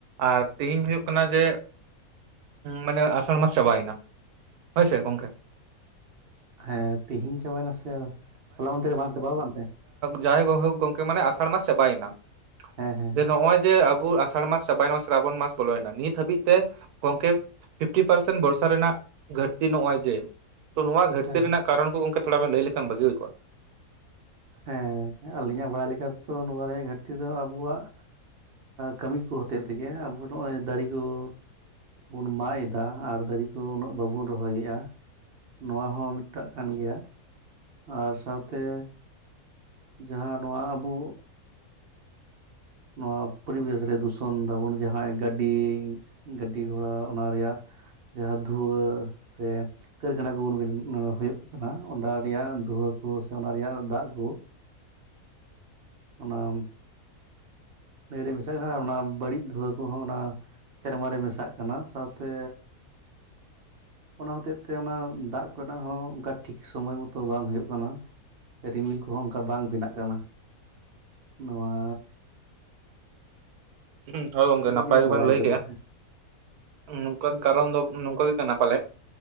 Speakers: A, on the right (about 85°); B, on the right (about 55°).
A: ᱟᱨ ᱛᱤᱦᱤᱧ ᱦᱩᱭᱩᱜ ᱠᱟᱱᱟ ᱡᱮ, ᱢᱟᱱᱮ ᱟᱥᱟᱲ ᱢᱟᱥ ᱪᱟᱵᱟ ᱭᱮᱱᱟ ᱦᱳᱭ ᱥᱮ ᱜᱚᱢᱠᱮ?
B: ᱦᱮᱸ ᱛᱤᱦᱤᱧ ᱪᱟᱵᱟᱭᱮᱱᱟ ᱥᱮ ᱦᱚᱞᱟ ᱢᱟᱫᱷᱮᱨ ᱨᱮ ᱵᱟᱝ ᱪᱟᱵᱟᱣ ᱠᱟᱱ ᱛᱮ?
A: ᱡᱟᱭᱦᱳᱠ ᱦᱳᱠ ᱜᱚᱝᱠᱮ ᱢᱟᱱᱮ ᱟᱥᱟᱲ ᱢᱟᱥ ᱪᱟᱵᱟᱭᱮᱱᱟ,
B: ᱦᱮᱸ ᱦᱮᱸ
A: ᱡᱮ ᱱᱚᱜ ᱚᱭ ᱡᱮ ᱟᱵᱚ ᱟᱥ ᱟᱥᱟᱲ ᱢᱟᱥ ᱪᱟᱵᱟᱭᱮᱱᱟ ᱥᱨᱟᱵᱚᱱ ᱢᱟᱥ ᱵᱚᱞᱚᱭᱮᱱᱟ ᱱᱤᱛ ᱦᱟᱹᱵᱤᱡ ᱛᱮ ᱜᱚᱝᱠᱮ, ᱯᱷᱤᱯᱴᱤ ᱯᱟᱨᱥᱮᱱ ᱵᱷᱚᱨᱥᱟ ᱨᱮᱱᱟᱜ, ᱜᱷᱟᱹᱨᱛᱤ ᱱᱚᱜᱼᱚᱭ ᱡᱮ, ᱛᱚ ᱱᱚᱣᱟ ᱜᱷᱟᱹᱴᱛᱤ
B: ᱦᱮᱸ
A: ᱨᱮᱱᱟᱜ ᱠᱟᱨᱚᱱ ᱠᱚ ᱜᱚᱝᱠᱮ ᱛᱷᱚᱲᱟ ᱵᱮᱱ ᱞᱟᱹᱭ ᱞᱮᱠᱷᱟᱱ ᱵᱟᱹᱜᱤ ᱦᱩᱭ ᱠᱚᱜᱼᱟ᱾
B: ᱦᱮᱸ ᱟᱹᱞᱤᱧᱟᱜ ᱵᱟᱲᱟᱭ ᱞᱮᱠᱟ ᱛᱮᱫᱚ ᱱᱚᱣᱟ ᱨᱮᱭᱟᱜ ᱜᱷᱟᱹᱴᱛᱤ ᱫᱚ ᱟᱵᱚᱣᱟᱜ, ᱠᱟᱹᱢᱤ ᱠᱚ ᱦᱚᱛᱮᱫ ᱛᱮᱜᱮ ᱟᱵᱚ ᱱᱚᱜᱼᱚᱭ ᱫᱟᱨᱮ ᱠᱚ, ᱵᱚᱱ ᱢᱟᱜ ᱮᱫᱟ ᱟᱨ ᱫᱟᱨᱮ ᱠᱚ ᱩᱱᱟᱹᱜ ᱵᱟᱵᱚᱱ ᱨᱚᱦᱚᱭᱮᱜᱼᱟ᱾ ᱱᱚᱣᱟ ᱦᱚᱸ ᱢᱤᱫᱴᱟᱜ ᱠᱟᱱ ᱜᱮᱭᱟ ᱟᱨ ᱥᱟᱶᱛᱮ, ᱡᱟᱦᱟᱸ ᱱᱚᱣᱟ ᱟᱵᱚ, ᱱᱚᱣᱟ ᱯᱚᱨᱤᱵᱮᱥ ᱨᱮ ᱫᱩᱥᱚᱱ ᱫᱟᱵᱚᱱ ᱡᱟᱦᱟᱸᱭ ᱜᱟᱹᱰᱤ, ᱜᱟᱹᱰᱤ ᱜᱷᱚᱲᱟ ᱚᱱᱟ ᱨᱮᱭᱟᱜ, ᱡᱟᱦᱟᱸ ᱫᱷᱩᱣᱟᱹ ᱥᱮ, ᱠᱟᱹᱨᱠᱷᱟᱱᱟ ᱜᱚᱵᱚᱱ ᱵᱤᱱ ᱦᱩᱭᱩᱜ ᱠᱟᱱᱟ ᱚᱱᱟ ᱨᱮᱭᱟᱜ ᱫᱷᱩᱦᱟᱹ ᱠᱚ ᱥᱮ ᱚᱱᱟ ᱨᱮᱭᱟᱜ ᱫᱟᱜ ᱠᱚ, ᱚᱱᱟᱢ ᱱᱟᱹᱭ ᱨᱮ ᱢᱮᱥᱟᱜ ᱠᱟᱱᱟ ᱚᱱᱟ ᱵᱟᱹᱲᱤᱡ ᱫᱷᱩᱣᱟᱹ ᱠᱚᱦᱚᱸ ᱚᱱᱟ ᱥᱮᱨᱢᱟᱨᱮ ᱢᱮᱥᱟᱜ ᱠᱟᱱᱟ ᱥᱟᱶᱛᱮ, ᱚᱱᱟ ᱦᱚᱛᱮᱡ ᱛᱮ ᱚᱱᱟ ᱫᱟᱜ ᱠᱚᱨᱮᱱᱟᱜ ᱦᱚᱸ ᱚᱱᱠᱟ ᱴᱷᱤᱠ ᱥᱚᱢᱚᱭ ᱢᱚᱛᱚ ᱵᱟᱝ ᱦᱩᱭᱩᱜ ᱠᱟᱱᱟ᱾ ᱥᱮ ᱨᱤᱢᱤᱞ ᱠᱚᱦᱚᱸ ᱚᱱᱠᱟ ᱵᱟᱝ ᱵᱮᱱᱟᱜ ᱠᱟᱱᱟ᱾ ᱱᱚᱣᱟ,
A: ᱦᱩᱸ ᱦᱳᱭ ᱜᱚᱢᱠᱮ
B: ᱱᱤᱭᱟᱹ
A: ᱱᱟᱯᱟᱭ
B: ᱜᱮᱞᱤᱧ
A: ᱜᱮᱵᱮᱱ
B: ᱵᱟᱲᱟᱭ
A: ᱞᱟᱹᱭ
B: ᱠᱟᱫᱟ
A: ᱠᱮᱜ-ᱟ ᱱᱩ ᱣᱟᱜ ᱠᱟᱨᱚᱱ ᱫᱚ ᱱᱚᱝᱠᱟ ᱜᱮ ᱠᱟᱱᱟ ᱯᱟᱞᱮ